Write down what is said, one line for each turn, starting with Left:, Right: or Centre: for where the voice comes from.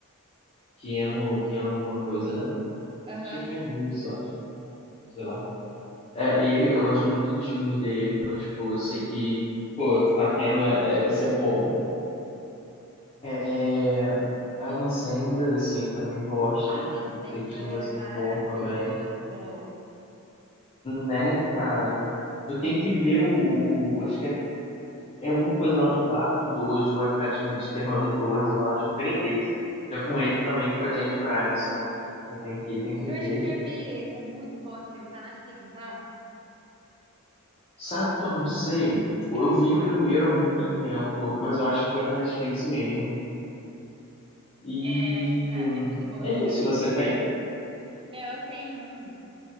Left: Keanu, Keanu alguma coisa, né?
Right: Aham.
Left: Acho que é Keanu Reeves, eu acho, sei lá. É, ele, eu gosto muito dos filmes dele, então, tipo, eu sei que, pô, tá tendo, é, vai ser bom. É, Adam Sandler, assim, eu também gosto.
Right: Adam Sandler
Left: Sei que o filme
Right: é
Left: vai ser
Right: maravilhoso.
Left: bom também. Né, cara? Eu tenho que ver o, o- acho que é, é alguma coisa lá do Barco 2 ou é Férias no Mediterrâneo 2 eu acho, um trem desse. Que é com ele também, com a Jennifer Aniston. Eu tenho que, tenho que
Right: Eu
Left: ver.
Right: acho que eu já vi esse. É muito bom esse filme. Tá na Netflix, não tá?
Left: Sabe que eu não sei? Eu
Right: Eu acho
Left: vi
Right: que tá.
Left: o primeiro há muito tempo, mas eu acho que foi na Netflix mesmo. E
Right: É, eu acho que tá.
Left: hum,
Right: É muito bom
Left: é
Right: esse, eu já
Left: isso,
Right: vi.
Left: você tem?
Right: Meu, eu tenho um.